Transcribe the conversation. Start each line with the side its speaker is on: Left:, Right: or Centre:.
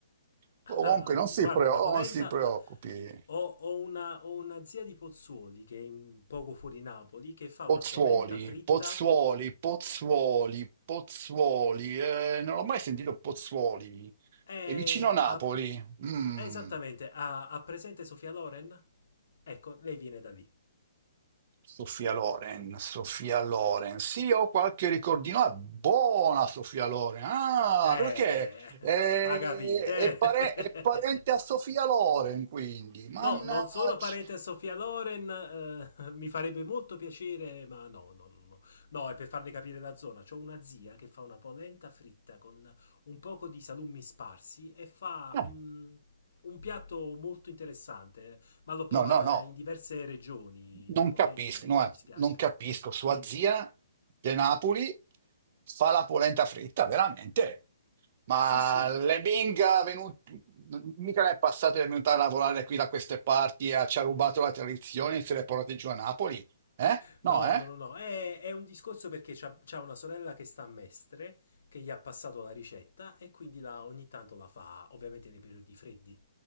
Right: Comunque
Left: Ah,
Right: non
Left: guardi,
Right: si preo-
Left: la polenta...
Right: non si preoccupi.
Left: la- Ho, ho una, ho una zia di Pozzuoli che è in- poco fuori Napoli che fa
Right: Pozzuoli,
Left: una polenta fritta
Right: Pozzuoli, Pozzuoli, Pozzuoli, eh, non ho mai sentito Pozzuoli,
Left: E
Right: è vicino a Napoli.
Left: ha-
Right: Mm.
Left: Esattamente, ha, ha presente Sofia Loren? Ecco, lei viene da lì.
Right: Sofia Loren, Sofia Loren, sì, ho qualche ricordino, ah, buona Sofia Loren, ah,
Left: Eh,
Right: perché è,
Left: ha capite?
Right: è pare- è parente
Left: <laughs>
Right: a Sofia Loren, quindi, mannaggia.
Left: No, non sono parente a Sofia Loren, eh, mi farebbe molto piacere, ma no, no, no, no. No, è per farle capire la zona. C'ho una zia che fa una polenta fritta con un poco di salumi sparsi e fa
Right: Ah,
Left: mm, un piatto molto interessante, ma l'ho provata
Right: No, no, no,
Left: in diverse regioni,
Right: Non
Left: la polenta,
Right: capisco,
Left: e
Right: no,
Left: non mi
Right: eh,
Left: dispiace.
Right: non capisco. Sua zia De Napoli fa la polenta fritta, veramente. Ma
Left: Sì, sì.
Right: le Bing, venut- n- mica ne è passato di venuta a lavorare qui da queste parti, eh, ci ha rubato la tradizione e se le portate giù a Napoli? Eh? No,
Left: No,
Right: eh?
Left: no, no, no. È, è un discorso perché c'ha, c'ha una sorella che sta a Mestre, che gli ha passato la ricetta e quindi la- ogni tanto la fa, ovviamente nei periodi freddi.